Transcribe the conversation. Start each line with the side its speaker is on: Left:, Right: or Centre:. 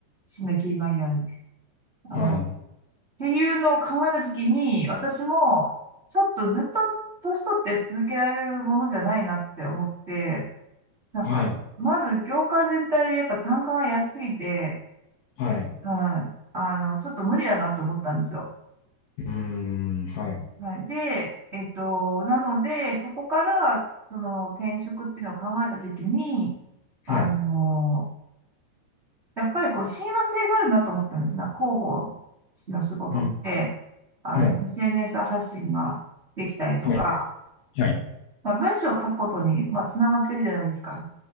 Right: 締め切り間際に。あの、
Left: はい、
Right: っていうのを考えたときに、私も、ちょっとずっと年取って続けられるものじゃないなって思って、なんか、
Left: はい、
Right: まず業界全体でやっぱ単価が安すぎて、
Left: はい、
Right: うん、あの、ちょっと無理だなと思ったんですよ。
Left: うーん、はい、
Right: はい、で、えっと、なので、そこから、その転職っていうのを考えたときに、
Left: はい、
Right: あの、やっぱりこう、親和性があるなと思ったんですね。広報の仕事って、
Left: うん、
Right: あの、
Left: はい、
Right: SNS 発信ができたりとか、
Left: はい、はい、
Right: まあ、文章を書くことに、まあ、つながってるじゃないですか。